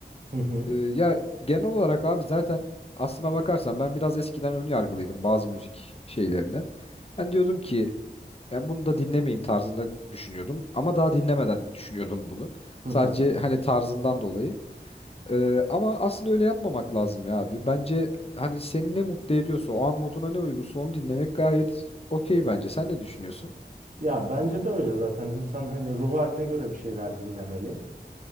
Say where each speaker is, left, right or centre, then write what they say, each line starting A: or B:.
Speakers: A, on the right; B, on the left.
A: Hı hı.
B: E, ya genel olarak abi zaten aslına bakarsan ben biraz eskiden ön yargılıydım bazı müzik şeylerine. Ben diyordum ki ya bunu da dinlemeyeyim tarzında düşünüyordum. Ama daha dinlemeden düşünüyordum bunu.
A: Hı
B: Sadece
A: hı.
B: hani tarzından dolayı. Ee, ama aslında öyle yapmamak lazım ya abi. Bence hani seni ne mutlu ediyorsa o an moduna ne uygunsa onu dinlemek gayet okey bence. Sen ne düşünüyorsun?
A: Ya bence de öyle zaten. İnsan hani ruh haline göre bir şeyler dinlemeli.